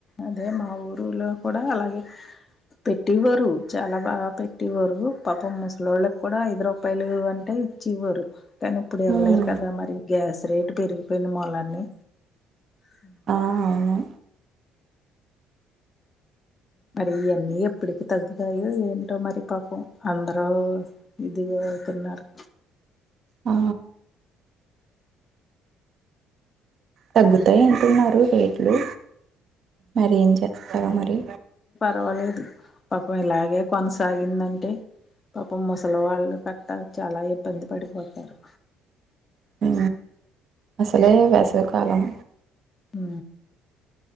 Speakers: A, on the left (about 35°); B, on the right (about 55°).
A: అదే మా ఊరులో కూడా అలాగే పెట్టి ఇవ్వరు చాలా బాగా పెట్టి ఇవ్వరు పాపం ముసలోళ్ళు కూడా ఐదు రూపాయలు అంటే ఇచ్చి ఇవ్వరు కానీ ఇప్పుడు ఇవ్వలేరు
B: ఉమ్
A: కదా మరి గ్యాస్ రేటు పెరిగిపోయింది మొన్నన్నే హ
B: ఆ అవును
A: మరి ఇయ్యన్ని ఎప్పటికి తగ్గుతాయో ఏంటో మరి పాపం అందరూ ఇదిగ అవుతున్నారు
B: ఆ తగ్గుతాయి అంటున్నారు రేట్లు మరి ఏం చేస్తారా మరి
A: రవాలేదు పబ్ ఇలాగే కొనసాగిందంటే పాపం ముసలి వాళ్ళు గట్టా చాలా ఇబ్బంది పడిపోతారు
B: ఊ అసలే వేసవి కాలం
A: ఊ